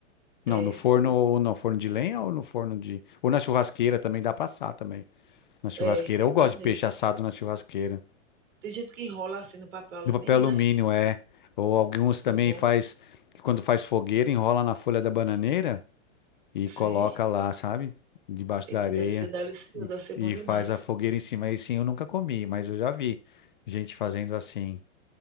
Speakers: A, on the left; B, on the right.
A: Não,
B: é.
A: no forno
B: O,
A: ou no forno de lenha ou no forno de. Ou na churrasqueira também dá pra assar também. Na churrasqueira.
B: é,
A: Eu gosto
B: tá mesmo.
A: de peixe assado na churrasqueira.
B: Tem gente que enrola assim no papel alumínio,
A: No papel alumínio,
B: né?
A: é. Ou alguns
B: Fica
A: também
B: bom.
A: faz. que Quando faz fogueira, enrola na folha da bananeira e
B: Sim.
A: coloca lá, sabe? Debaixo
B: Eita,
A: da areia.
B: deve ser delicioso,
A: E,
B: deve ser
A: e
B: bom
A: faz
B: demais.
A: a fogueira em cima. Aí sim eu nunca comi, mas eu já vi gente fazendo assim.